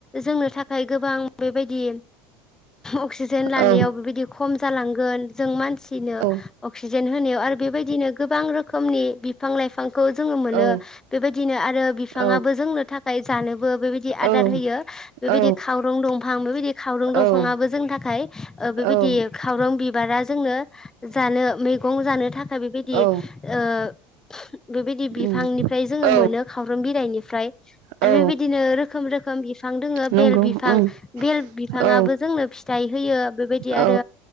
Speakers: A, on the left; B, on the right.
A: जोंनो थाखाय गोबां बेबायदि अक्सिजेन
B: औ
A: लानायाव बेबायदि खम जालांगोन। जों मानसिनो
B: औ
A: अक्सि जेन होनायाव आरो बेबायदिनो गोबां रोखोमनि बिफां लाइफां खौ जोङो
B: औ
A: मोनो
B: औ
A: बेबायदिनो आरो बिफाङाबो
B: औ
A: जोंनो थाख खाय जानो बो बे बायदि
B: औ
A: आदार होयो बेबायदि
B: औ
A: खावरं दंफां बेबायदि खावरं
B: औ
A: दंफाङाबो जेंनि थाखाय ओ बेबायदि
B: औ
A: ओ खावरं बि बारा जोंनो जानो मैगंजानो थाखाय बेबायदि
B: औ
A: ओ <inaudible> बेबायदि बिफांनिफ्राय
B: उम
A: जोङो
B: औ
A: मोनो खाव खावब्रुम बिलाइनिफ्राय
B: औ
A: आरो बेबायदिनो रोखोम रोखोम बिफां दङ
B: नंगौ
A: बेल बिफां
B: उम
A: बेल बिफांआबो
B: औ
A: जोंनो फिथाइ होयो बेबायदि
B: औ
A: आरो